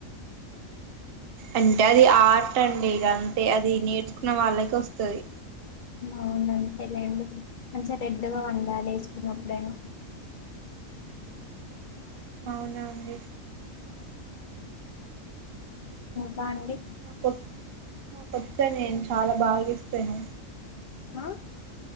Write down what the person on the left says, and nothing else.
అవును అంతేలేండి మంచ డెడ్ వండాలి వేసుకున్నప్పుడైనా
కాండి
హా